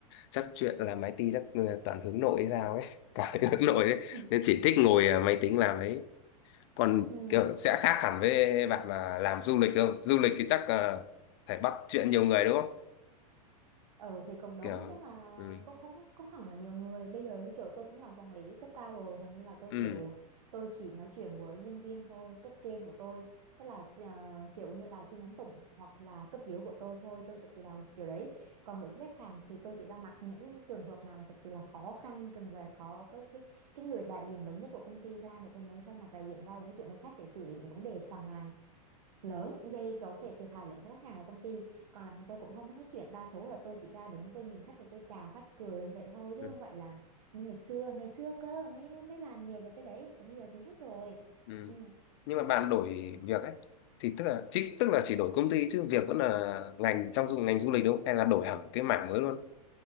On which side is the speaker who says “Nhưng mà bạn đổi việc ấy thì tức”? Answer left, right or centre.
Left